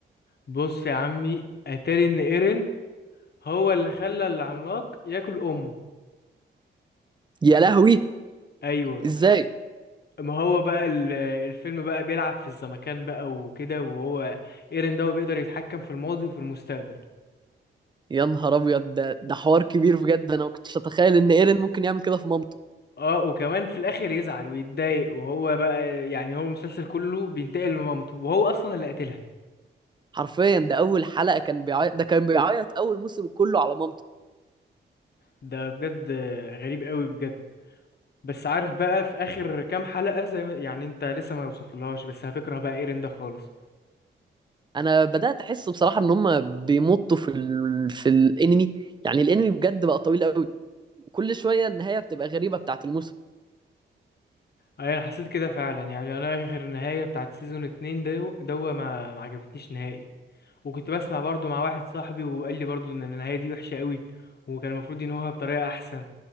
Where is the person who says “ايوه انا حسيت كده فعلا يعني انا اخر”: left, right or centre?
Left